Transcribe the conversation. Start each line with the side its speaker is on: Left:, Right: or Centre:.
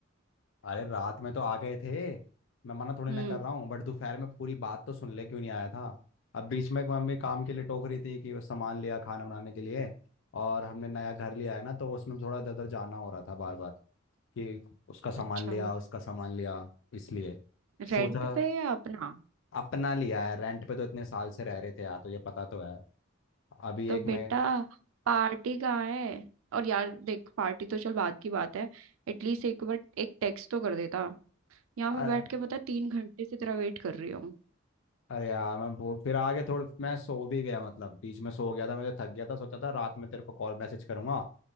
Left: अरे रात में तो आ गए थे मैं मना थोड़ी
Right: हम्म
Left: ना कर रहा हूँ बट दोपहर में पूरी बात तो सुन ले क्यों नहीं आया था अब बीच में एक मम्मी काम के लिए टोक रही थी कि वो सामान लिया खाना बनाने के लिए और हमने नया घर लिया है ना तो उसमें थोड़ा इधर उधर जाना हो रहा था बार बार कि उसका सामान
Right: अच्छा
Left: लिया उसका सामान लिया इसलिए
Right: रेंट
Left: सोचा
Right: पे या अपना
Left: अपना लिया है रेंट पे तो इतने साल से रह रहे थे यार तो ये पता तो है अभी
Right: तो
Left: एक
Right: बेटा पार्टी कहाँ है और यार देख पार्टी तो चल बात की बात है एटलीस्ट एक बार एक टेक्स्ट तो कर देता यहाँ
Left: मैं
Right: मैं बैठ के पता है तीन घंटे से तेरा वेट कर रही हूँ
Left: अरे यार मैं वो फिर आगे थोड़ा मैं सो भी गया मतलब बीच में सो गया था मैं तो थक गया था सोचा था रात में तेरे को कॉल मैसेज करूंगा